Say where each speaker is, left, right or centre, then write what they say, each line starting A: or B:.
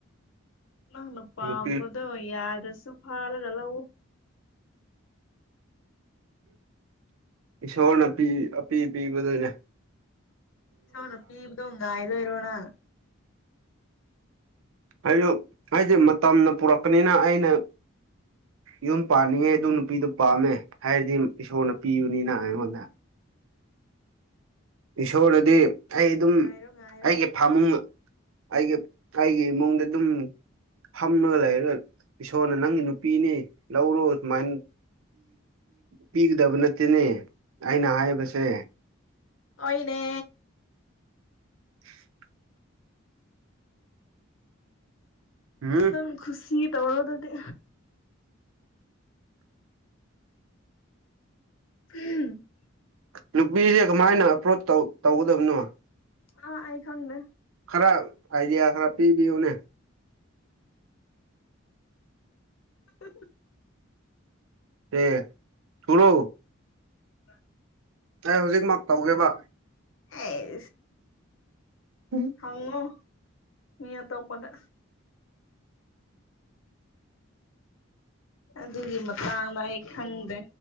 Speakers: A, on the left; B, on the right.
A: ꯅꯪꯅ ꯄꯥꯝꯕꯗꯣ
B: ꯅꯨꯄꯤ
A: ꯌꯥꯗ꯭ꯔꯁꯨ ꯐꯥꯜꯂꯒ ꯂꯧꯎ
B: ꯏꯁꯣꯔꯅꯄꯤ ꯑꯄꯤ ꯑ ꯄꯕꯗꯅꯦ
A: ꯅ ꯄꯤꯕꯗꯣꯡ ꯉꯥꯏ ꯂ ꯑꯣꯏꯔꯣꯑꯣꯅ
B: ꯍꯥꯏ ꯍꯥꯏꯁꯦ ꯃꯇꯝꯅ ꯄꯨꯔꯛꯄꯅꯤꯅ ꯑꯩꯅ ꯌꯝ ꯄꯥꯅꯤꯡꯉꯦ ꯑꯗꯨ ꯅꯨꯄꯤꯗꯨ ꯄꯥꯝꯃꯦ ꯍꯥꯏꯔꯗꯤ ꯏꯁꯣꯔꯅ ꯄꯤꯕꯅꯤꯅ ꯑꯩꯉꯣꯟꯗ ꯏꯁꯣꯔꯅꯗꯤ ꯑꯩ ꯑꯗꯨꯝ
A: ꯉꯥꯏꯔꯣ ꯉꯥꯏꯔꯣ
B: ꯑꯩꯒꯤ ꯐꯥꯃꯨꯡ ꯑꯩꯒꯤ ꯑꯩꯒꯤ ꯏꯃꯨꯡꯗ ꯑꯗꯨꯝ ꯐꯝꯂꯒ ꯂꯩꯔꯒ ꯏꯁꯣꯔꯅ ꯅꯪꯒꯤ ꯅꯨꯄꯤꯅꯤ ꯂꯧꯔꯣ ꯁꯨꯃꯥꯏꯅ ꯄꯤꯒꯗꯕ ꯅꯠꯇꯦꯅꯦ ꯑꯩꯅ ꯍꯥꯏꯔꯤꯕꯁꯦ
A: ꯑꯣꯏꯣꯏꯅꯦ
B: <inaudible> ꯎꯝ
A: ꯑꯪ ꯈꯨꯁꯤ ꯇꯋꯥꯔ ꯑꯗꯨꯗꯤ ꯎꯝ
B: ꯅꯨꯄꯤꯁꯦ ꯀꯃꯥꯏꯅ ꯑꯦꯄ꯭ꯔꯣꯆꯧ ꯇꯧꯒꯗꯕꯅꯣ
A: ꯑꯥ ꯑꯀ ꯅ
B: ꯈꯔ ꯑꯥꯏꯗꯤꯌꯥ ꯈꯔ ꯄꯤꯕꯤꯌꯨꯅꯦ
A: <inaudible>
B: ꯑꯦ ꯊꯨꯔꯨ
A: ꯑ
B: ꯑꯩ ꯍꯧꯖꯤꯛꯃꯛ ꯇꯧꯒꯦꯕ
A: ꯑꯦ
B: ꯎꯝ
A: ꯍꯉꯣ ꯃꯤ ꯇꯣ ꯀꯅ ꯑꯗꯨꯒꯤ ꯃꯇꯥꯡꯗ ꯑꯩ ꯈꯪꯗꯦ